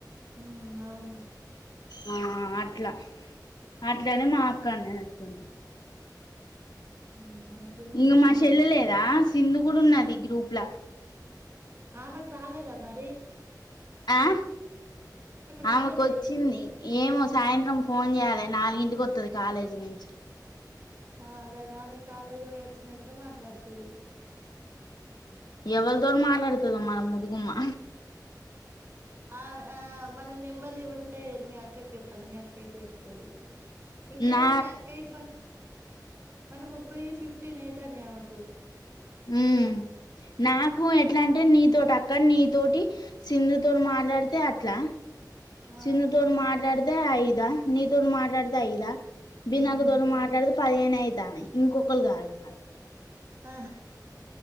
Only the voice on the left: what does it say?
ఆ అట్లా అట్లనే మా అక్కనేటుంది
ఇంక
మా చెెల్ల లేదా సింధు కూడా ఉన్నది ఈ గ్రూప్లా
ఆహ్
ఆమెకు వచ్చింది
ఏమో సాయంత్రం ఫోన్ చేయాలి నాలుగి కి కొత్తది కాలేజీ నుంచి
ఎవలతోటి మాట్లాడుతది మ ముదుగుమ్మా
నా
హుమ్ నాకు ఎట్లా అంటే నీతోటి అక్క నీతోటి సింధుతోటి మాట్లాడితే అట్లా
సింధు తోన్ మాట్లాడితే ఐదా నీ తోన్ మాట్లాడితే ఐదా బి
నాకు తో
మాట్లాడితే పదిహేను అయితాన్నాయి ఇంకొకరు కావాల మరి